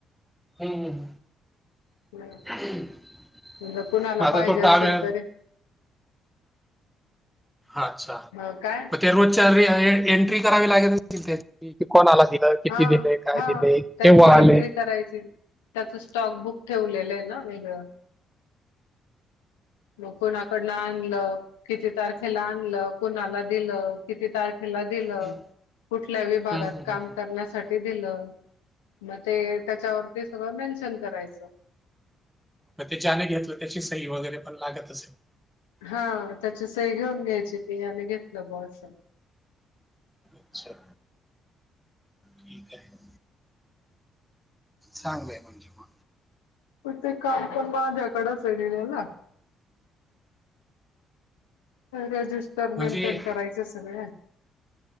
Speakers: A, in the centre; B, on the left.
A: हम्म हम
B: <inaudible>
A: <unintelligible>
B: म्हणजे कुणाला
A: मग आता
B: पाइजे
A: तो
B: असेल
A: टावेल
B: तरी
A: अच्छा!
B: ह काय?
A: ते रोजच्या <unintelligible> एंट्री करावी लागेल तिथ की कोणाला दिल? किती
B: हा
A: दिलय, काय
B: हा
A: दिलय,
B: त्याची
A: केव्हा आले?
B: एंट्री करायची, त्याच स्टॉक बुक ठेवलेलये ना वेगळ. मग कुणाकडन आणल? किती तारखेला आणल? कुणाला दिल? किती तारखे खेला दिल?
A: हं,
B: कुठल्या विभगात
A: हं, हं,
B: काम
A: हं, हं.
B: करण्यासाठी दिल? म ते त्याच्यावरती सगळ मेन्शन करायच
A: मग ते ज्याने घेतल त्याची सही वगैरे पण लागत असेल
B: हा त्याची सई घेऊन घ्यायची की याने घेतल बॉ अस
A: <unintelligible> ठीकये चांगलंय म्हणजे मग.
B: प्रत्येक काम पण माझ्याकडे आहे ना रेजिस्टर
A: म्हणजे
B: मेंटेन करायच सगळ्या